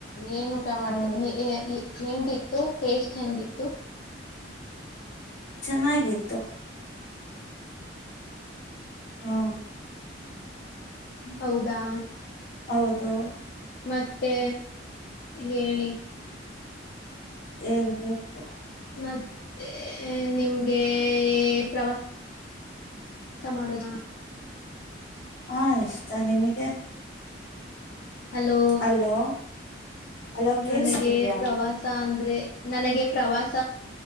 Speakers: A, on the left; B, on the left.
A: ಏನ್ ಊಟ ಮಾಡ್ದೆ
B: ಹೌದು
A: ನೀ ಏ ಏ ಹೆಂಗಿತ್ತು ಟೇಸ್ಟ್ ಹೆಂಗಿತ್ತು?
B: ಚೆನ್ನಾಗಿತ್ತು. ಹ್ಮ್
A: ಹೌದಾ
B: ಹೌದು
A: ಮತ್ತೆ ಹೇಳಿ
B: ಹೇಳ್ಬೇಕು
A: ಮತ್ತೆ ನಿಮ್ಗೆ ಪ್ರವಾಸ ಮಾಡೋದ
B: ಹಾಂ ಇಷ್ಟ ನಿಮಗೆ?
A: ಹಲೋ
B: ಅಲೋ ಅಲೋ
A: ನನಗೆ
B: ಕೇಳಿಸ್ತಿದ್ಯಾ
A: ಪ್ರವಾಸ ಅಂದ್ರೆ ನನಗೆ ಪ್ರವಾಸ